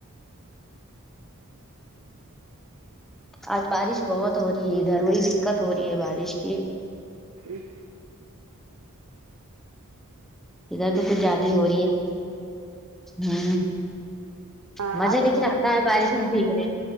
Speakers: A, in the centre; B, on the right.
A: آج بارش بہت ہو رہی ہے ادھر بڑی دقت ہو رہی ہے بارش کی
B: جی
A: ادھر تو کچھ زیادہ ہو رہی ہے ہمم
B: ہاں
A: مزہ
B: آپ
A: لیکن آتا ہے بارش میں بھیگنے